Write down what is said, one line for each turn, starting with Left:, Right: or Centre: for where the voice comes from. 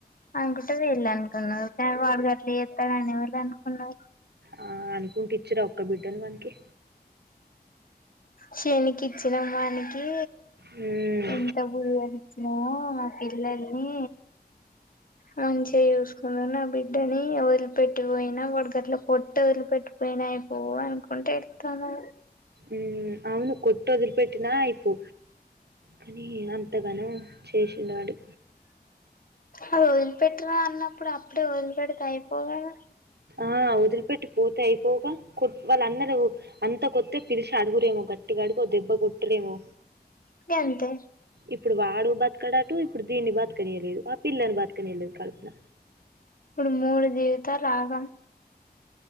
Left: అనుకుంటే వీళ్ అనుకున్నారు కాని వాడు గట్లా కుంటారని ఎవరు అనుకున్నారు
Right: ఆ అనుకుంట ఇచ్చురా ఒక్క బిడ్డను వానికి
Left: శనికిచ్చినమానికి
Right: హ్మ్.
Left: ఎంత బురు వానిచ్చినామో మా పిల్లల్ని మంచిగా చూసుకుంద నా బిడ్డని వదిలిపెట్టిపోయిన వాడి గట్ల కొట్టి వదిలిపెటిపోయి నేనై పోవ అనుకుంట ఎడుతన్న
Right: ఉమ్ అవును కొట్ వదిలి పెట్టినా అయిపో కాని అంతగానో చేసిన వాడు
Left: అది వదిలిపెట్టినా అన్నప్పుడు అప్పుడే వదిలిపెడితే అయిపోగాద
Right: ఆ వదిలిపెట్టి పోతే అయిపోగా కు వాళ్ళ అన్న వు అంత కొత్తే పిలిసి అడుగురేమో గట్టిగా అడుగు దెబ్బ కొట్టరేమో
Left: గంతే
Right: ఇప్పుడు వాడు బతకడాటు ఇప్పుడు దీన్ని బతకనియలేదు ఆ పిల్లని బతకనియలేదు కల్పన
Left: ఇప్పుడు మూడు జీవితాలు ఆగం